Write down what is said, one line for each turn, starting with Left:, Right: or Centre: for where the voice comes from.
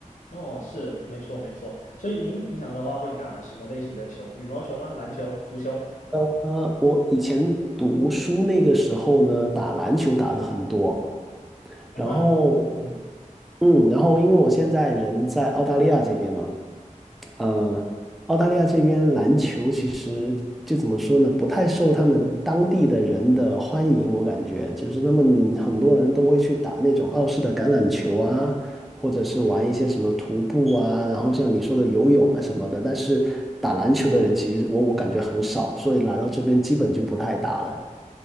Left: 哦，是，没错没错。所以您平常的话会打什么类型的球？羽毛球吗？篮球、足球？
Centre: 呃，我以前读书那个时候呢，打篮球打的很多，
Left: 哦，
Centre: 然后
Left: 那你嗯，
Centre: 嗯，然后因为我现在人在澳大利亚这边嘛。呃，澳大利亚这边篮球其实就怎么说呢，不太受他们当地的人的欢迎，我感觉就是他们很多人都会去打那种澳式的橄榄球啊，或者是玩一些什么徒步啊，然后像你说的游泳啊什么的，但是打篮球的人其实我我感觉很少，所以来到这边基本就不太打了。